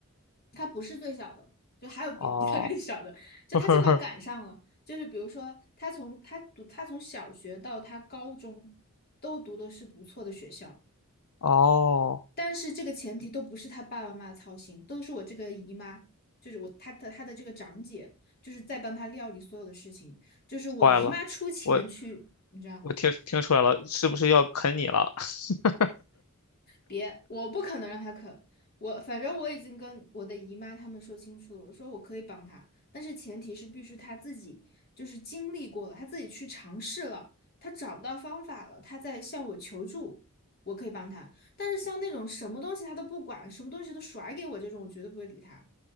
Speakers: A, on the left; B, on the left.
A: 他不是最小的，就还有比比他更小的，
B: 哦，
A: 就他正好赶上了，
B: <laughs>
A: 就是比如说他从他读他从小学到他高中都读的是不错的学校。
B: 哦，
A: 但是这个前提都不是他爸爸妈妈操心，都是我这个姨妈，就是我他的他的这个长姐，就是在帮他料理所有的事情，就是我姨妈出钱去，
B: 坏了，我
A: 你知道，
B: 我听听出来了，是不是要啃你了？<laughs>
A: 别，我不可能让他啃，我反正我已经跟我的姨妈他们说清楚了，我说我可以帮他，但是前提是必须他自己就是经历过了，他自己去尝试了，他找不到方法了，他在向我求助，我可以帮他。但是像那种什么东西他都不管，什么东西都甩给我这种，我绝对不会理他。